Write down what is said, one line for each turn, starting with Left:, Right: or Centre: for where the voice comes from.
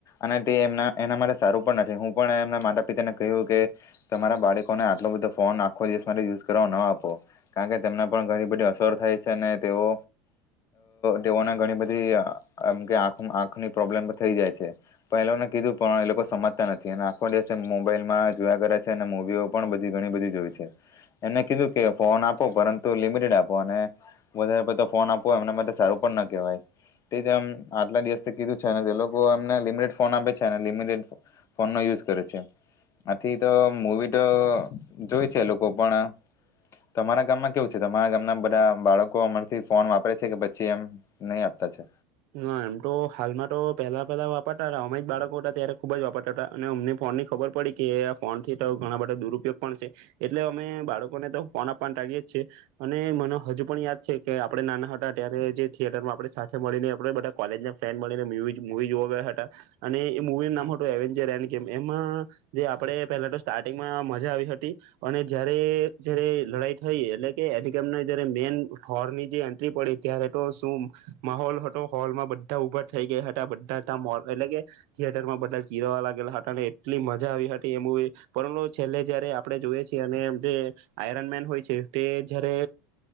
Left: અને તે એમના એના માટે સારું પણ નથી હું પણ એમના માતા પિતાને કહ્યું કે તમારા બાળકોને આટલો બધો ફોન આખો દિવસ માટે યુઝ કરવા ન આપો કારણ કે તેમને પણ ઘણી બધી અસર થાય છે અને તેઓ તેઓને ઘણી બધીમ કે આંખ આંખની પ્રોબ્લેમ થઈ જાય છે પણ એ લોકોને કીધું પણ એ લોકો સમજતા નથી અને આખો દિવસે મોબાઈલમાં જોયા કરે છે અને મવીઓ પણ બધી ઘણી બધી જોઈ છે એમને કીધું કે ફોન આપો પરંતુ લિમિટેડ આપો અને વધારે પડ ફોન આપો એમને માટે સારું પણ ના કહેવાય તે જમ આટલા દિવસ કીધું છે જે લોકો એમને લિમિટેડ ફોન આપે છે લમટેડ ફોન નો યુઝ કરે છે આથી તો મૂવી તો જોય છે લોકો પણ તમારા ગામમાં કેવું છે તમારા ગામના બધા બાળકો અમારથી ફોન વાપરે છે કે પછી એમ નહી આપતા છે?
Right: ના એમ તો હાલમાં તો પેલા પેલા વાપરતા <unintelligible> અમે બાળકો હતા ત્યારે ખુબ જ વાપરતા હતા અને અમને ફોન ની ખબર પડી કે આ ફોન થિયેટર ઘણા બધા દુરુપયોગ પણ છે એટલે અમે બાળકોને તો ફોન આપવા ટાાડીએ જ છીએ અને મને હજુ પણ યાદ છે કે આપડે નાના હતા ત્યારે જે થિયેટર આપણે સાથે મળીને આપડે બધા કોલેજ ફ્રેન્ડ મળીને મવી મવી જોવા ગયા હતા અને એ મવી નામ હતું એવેન્ચર એન કે એમાં જે આપડે પેલા તો સ્ટાર્ટિંગમાં મજા આવી હતી અને જયારે જયારે લડાઈ થઈ એટલે કે એન કેને જયારે મેન હોરની જે એન્ટ્રી પડી ત્યારે તો શું માહોલ હતો હોલમાં બધા ઉભા થઈ ગયા હતા બધા મો એ થિયેટરમાં બધા ચીરાવા લાગેલા હતા અને એટલી મજા આવી હતી એમ પરંતુ છેલ્લે જયારે આપણે જોઈએ છીએ અને જે આયરન મેન હોય છે તે જયારે